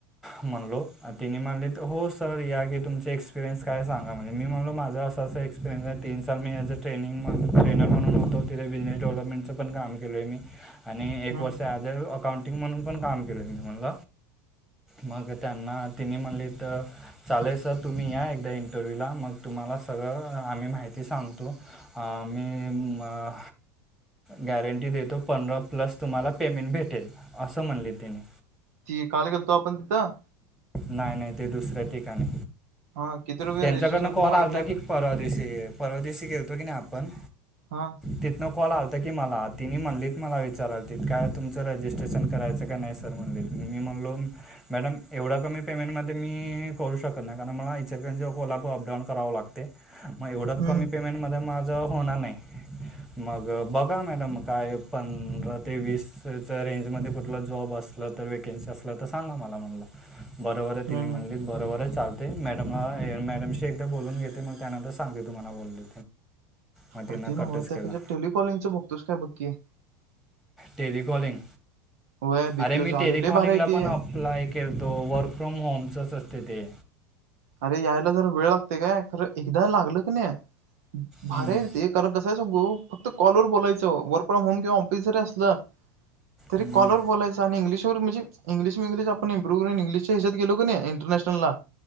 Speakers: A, in the centre; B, on the right (about 55°).
A: म्हणलो आणि तेनी म्हणलीत. हो, सर या की तुमचे एक्सपिरियन्स काय सांगं? मी म्हनलो माझ असं अस एक्स्पिरियन्स आहे. तीन साल मी हेज अ ट्रेनि ट्रेनर म्हणून होतो. तिथ बिझनेस डेव्हलपमेंट हेच पण काम केलंय मी, आणि एक
B: हम्म
A: वर्ष आदर अकाउंटिंग म्हणून पण काम केलंय. मी म्हणल मग त्यांना तिने म्हणलीत चालेल सर. तुम्ही, या एकदा इंट रव्ह्यूला मग तुम्हाला सगळं आम्ही माहिती सांगतो. मी मग गॅरंटी देतो. पंधरा प्लस तुम्हाला पेमेंट भेटेल. असं म्हणलीत तेनी
B: ती काल गेलतो आपण तिथं?
A: नाही नाही ते दुसऱ्या ठिकाणी
B: हा किती रुपये
A: त्यांच्याकडनं
B: रजिस्ट्रेशन
A: कॉल
B: फी
A: आलता
B: मागितल्यात
A: की. परवा दिवशी परवा दिवशी गेलतो की नाही आपण
B: हा.
A: तिथनं कॉल आलतं की मला, तेनी म्हणलीत मला विचारालतीत काय तुमचं रजिस्ट्रेशन करायचं का नाही? सर म्हणलीत मी म्हणलो, मॅडम एवढा कमी पेमेंटमध्ये मी करू शकत नाही कारण मला इचलकरंजी च्या कोल्हापुर अपडाऊन करावं लागते. मग एवढं
B: हम्म
A: कमी पेमेंटमध्ये माझं होणार नाही. मग बघा. मॅडम काय पंधरा ते वीस रेंजमध्ये कुठला जॉब असल वेकेन्सी असल्या तर सांगा. मला म्हणला बरोबरच
B: हम्म
A: तिने
B: हम्म.
A: म्हणली बरोबरच चालते. मॅडमला हे मॅडमशी एकदा बोलून घेते. मग त्यानंतर सांगते तुम्हाला, बोलली. मग तिनं
B: अरे ते
A: कटच
B: नव्ह त्यापेक्षा
A: केला
B: टेलिकॉलिंग च बघतोस काय बघ की
A: टेलिकॉलिंग.
B: व्हय बीपीओच
A: अरे मी टेलिकॉलिंगला
B: लय भारी हाय ते
A: पण अपलाय केलतो. वर्क फ्रॉम होमचच असते ते,
B: अरे यायला जरा वेळ लागते काय. खरं एकदा लागलं की नाही. भारी
A: हम्म,
B: आहे रे ते. त्याला कसं हाय सांगू. फक्त कॉल वर बोलायचं वर्क फ्रॉम होम किंवा ऑफिस जरी असलं तरी
A: हम्म,
B: कॉलवर बोलायच आणि इंग्लिश वर म्हणजे, इंग्लिश इंग्लिश आपण इम्प्रुव करून इंग्लिशच्या हेच्यात गेलो की नाही इंटनॅशनल ला